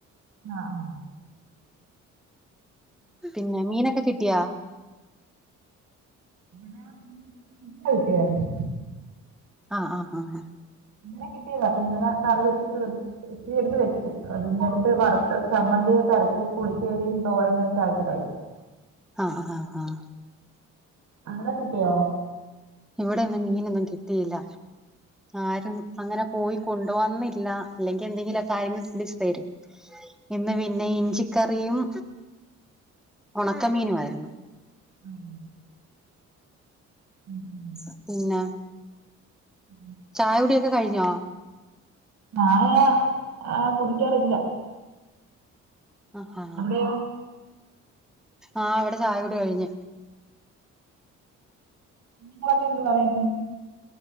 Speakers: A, on the right (about 70°); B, in the centre.
A: ആഹ ആഹ്
B: പിന്നെ മീനൊക്കെ കിട്ടിയാ.
A: ലാ ളക്കെ കിട്ടിയർന്നു.
B: ആഹ ആ ആഹ ആ
A: ഇന്നലെ കിട്ടിയതാ പിന്നനെ കറി വെച്ചിവെ.. ഇത്തിരിയെടുത്ത് വെച്ച് അതിന്നടുത്ത് വറുത്ത് ചമ്മന്തിയൊക്കെരച്ച് പുളിശ്ശേരിയും തോരന്നും ആത്ത് കഴിച്ച. <inaudible>
B: ആഹ ആഹ ആഹ
A: ആവടെ കിട്ടിയോ.
B: ഇവിടെയന്നും മീനൊന്നും കിട്ടിയില്ല ആരും അങ്ങനെ പോയി.. കൊണ്ടു വന്നില്ല ഇല്ലെങ്കി എന്തെങ്കിലുക്കെ ആരെങ്കിലും വിച്ച് തരും. ഇന്ന് പിന്നെ ഇഞ്ചിക്കറിയും ഉണക്കമീനുംആയിരുന്നു.
A: ആം മ്മ്മ്മ്
B: <inaudible> പിന്നെ..
A: ഉം.
B: ചായ കുടിയൊക്കെ കഴിഞ്ഞോ.
A: നായ ആ കുടിക്കാറില്ല.
B: അഹ് ഹാ
A: അബിടെ..
B: ആഅവിടെചായകുടി കഴിഞ്ഞ്.
A: നിങ്ങളൊക്കെ എന്ത് പറയുന്നു.